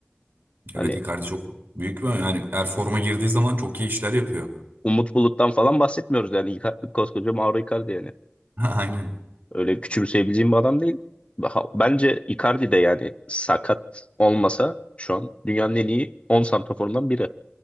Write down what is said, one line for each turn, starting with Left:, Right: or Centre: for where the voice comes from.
Left: Hani
Right: Evet Icardi çok büyük bir yani eğer forma girdiği zaman çok iyi işler yapıyor.
Left: Umut Bulut'tan falan bahsetmiyoruz yani. Ica- koskoca Mauro Icardi yani.
Right: <laughs> Aynen.
Left: Öyle küçümseyebileceğim bir adam değil. Daha- Bence Icardi de yani sakat olmasa şu an dünyanın en iyi 10 santraforundan biri.